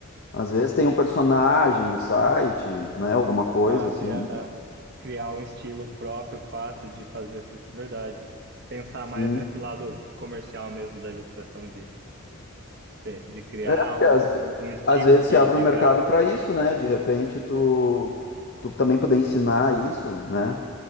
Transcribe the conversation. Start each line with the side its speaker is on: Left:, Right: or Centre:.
Left: Às vezes tem um personagem no site, né? Alguma coisa
Right: Ah,
Left: assim.
Right: sim, a, a criar um estilo próprio, fácil de fazer isso, verdade. Pensar
Left: Sim.
Right: mais nesse lado comercial mesmo da ilustração, de, de, de criar
Left: É, porque
Right: o,
Left: às,
Right: o-
Left: ve-
Right: um estilo
Left: às vezes
Right: de,
Left: se abre
Right: de
Left: um mercado
Right: gráfico.
Left: para isso, né? De repente tu, tu também poder ensinar isso, né?